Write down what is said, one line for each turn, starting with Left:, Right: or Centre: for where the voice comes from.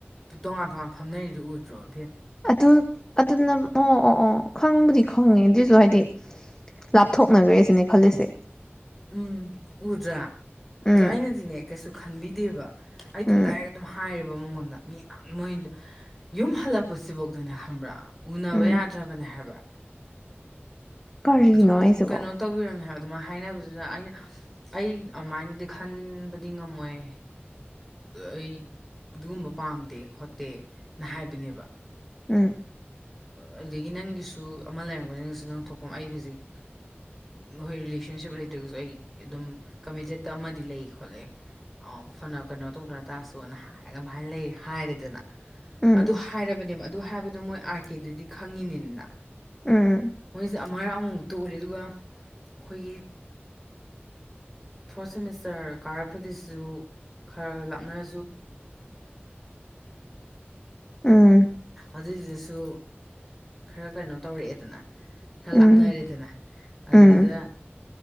Centre: ꯇꯣꯉꯥꯟ ꯇꯣꯉꯥꯟ ꯐꯝꯅꯔꯤꯗꯨ ꯎꯗ꯭ꯔꯣꯕ
Left: ꯑꯗꯨ ꯑꯗꯨꯅ ꯑꯣ ꯑꯣ ꯑꯣ ꯈꯪꯕꯨꯗꯤ ꯈꯪꯉꯦ ꯑꯗꯨꯏꯁꯨ ꯍꯥꯏꯗꯤ ꯂꯥꯞꯊꯣꯛꯅꯈ꯭ꯔꯦ ꯁꯤꯅꯦ ꯈꯜꯂꯤꯁꯦ
Centre: ꯎꯝ ꯎꯗ꯭ꯔꯥ
Left: ꯎꯝ
Centre: ꯑꯗꯣ ꯑꯩꯅꯗꯤꯅꯦ ꯀꯩꯁꯨ ꯈꯟꯕꯤꯗꯦꯕ ꯑꯩ ꯑꯗꯨꯝ
Left: ꯎꯝ
Centre: ꯗꯥꯏꯔꯦꯠ ꯑꯗꯨꯝ ꯍꯥꯏꯌꯦꯕ ꯃꯉꯣꯟꯗ ꯃꯤ ꯃꯣꯏ ꯌꯨꯝ ꯍꯜꯂꯛꯄꯁꯤꯐꯧꯗꯅꯦ ꯈꯕ꯭ꯔꯥ ꯎꯅꯕ
Left: ꯎꯝ
Centre: ꯌꯥꯗ꯭ꯔꯕꯅꯦ ꯍꯥꯏꯕ
Left: ꯀꯔꯤꯅꯣ
Centre: ꯑꯗꯨꯝ
Left: ꯍꯥꯏꯁꯤꯕꯣ
Centre: ꯀꯩꯅꯣ ꯇꯧꯕꯤꯔꯣꯅꯦ ꯍꯥꯏꯕ ꯑꯗꯨꯃꯥꯏꯅ ꯍꯥꯏꯅꯕꯗꯨꯗ ꯑꯩꯅ ꯑꯩ ꯑꯗꯨꯃꯥꯏꯅꯗꯤ ꯈꯟꯕꯗꯤ ꯉꯝꯃꯣꯏ ꯑꯩ ꯑꯗꯨꯒꯨꯝꯕ ꯄꯥꯝꯗꯦ ꯈꯣꯠꯇꯦꯅ ꯍꯥꯏꯕꯅꯦꯕ
Left: ꯎꯝ
Centre: ꯑꯗꯨꯗꯒꯤ ꯅꯪꯒꯤꯁꯨ ꯑꯃ ꯂꯩꯔꯝꯒ ꯅꯁꯨ ꯅꯪ ꯊꯣꯛꯐꯝ ꯑꯩ ꯍꯧꯖꯤꯛ ꯍꯣꯏ ꯔꯤꯂꯦꯁꯟꯁꯤꯞ ꯂꯩꯇ꯭ꯔꯒꯁꯨ ꯑꯩ ꯑꯗꯨꯝ ꯀꯃꯤꯇꯦꯠꯇ ꯑꯃꯗꯤ ꯂꯩ ꯈꯣꯠꯂꯦ ꯐꯅ ꯀꯩꯅꯣ ꯇꯧꯗꯅ ꯇꯥꯔꯁꯨꯅ ꯍꯥꯏ ꯀꯃꯥꯏꯅ ꯂꯩ ꯍꯥꯏꯔꯦꯗꯅ
Left: ꯎꯝ
Centre: ꯑꯗꯨ ꯍꯥꯏꯔꯕꯅꯦꯕ ꯑꯗꯨ ꯍꯥꯏꯕꯗꯨ ꯃꯣꯏ ꯀꯦꯗꯨꯗꯤ ꯈꯪꯉꯤꯅꯤꯅ
Left: ꯎꯝ
Centre: ꯍꯣꯏꯁ ꯑꯃꯔꯛ ꯑꯃꯃꯨꯛ ꯇꫭꯛꯎꯔꯦ ꯑꯗꯨꯒ ꯑꯩꯈꯣꯏꯒꯤ ꯐꯣꯔꯠ ꯁꯦꯃꯤꯁꯇꯔ ꯀꯥꯔꯛꯄꯗꯁꯨ ꯈꯔ ꯂꯥꯞꯅꯔ
Left: ꯎꯝ
Centre: ꯑꯗꯨ ꯁꯨ ꯈꯔ ꯀꯩꯅꯣ ꯇꯧꯔꯛꯑꯦꯗꯅ ꯈꯔ
Left: ꯎꯝ ꯎꯝ
Centre: ꯂꯥꯞꯅꯔꯦꯗꯅ ꯑꯗꯨꯗꯨꯗ
Left: ꯎꯝ